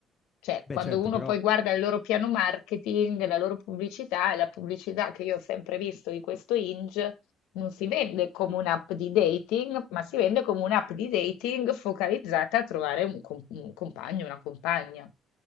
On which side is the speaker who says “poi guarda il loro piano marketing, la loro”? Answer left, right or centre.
Left